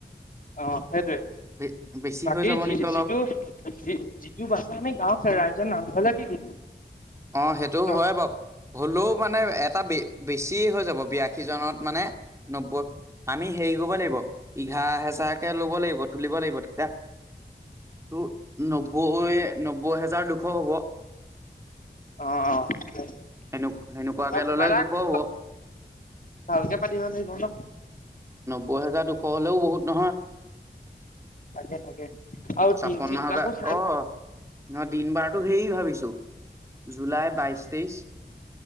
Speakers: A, on the left; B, on the right.
A: অ, সেইটোৱেই
B: বে বেছি
A: বাকী
B: হৈ যাব
A: যি
B: নেকি অলপ
A: যিটো - যিটো বাচে আমি গাওৰ খে ৰাইজৰ নামঘলে দি দিম
B: অ, সেইটোও
A: ন
B: হয় বাও হলও মানে এটা ব বেছি হৈ যাব বিয়াশী জনত মানে নব্বৈ আমি হেৰি কৰিব লাগিব এঘাৰ হেজাৰকে লব লাগিব তুলিব লাগিব তেতিয়া ত নব্বৈ - নব্বৈ হেজাৰ দুশ হব
A: অ' অ'
B: সনে সেনেকুৱাকে
A: কিবা
B: ললে জোখৰ
A: এটা
B: হ'ব
A: ভালকে পাতিব লাগিব ন
B: বহেজাৰ দুশ হ'লেও বহুত নহয়
A: তাকে তাকে আৰু
B: ছাপন্ন
A: দিন চিন বিলাকো
B: হাজাৰ
A: চাই
B: অ, নহ দিন বাৰতো সেই ভাবিছো জু - জুলাইৰ বাইশ তেইশ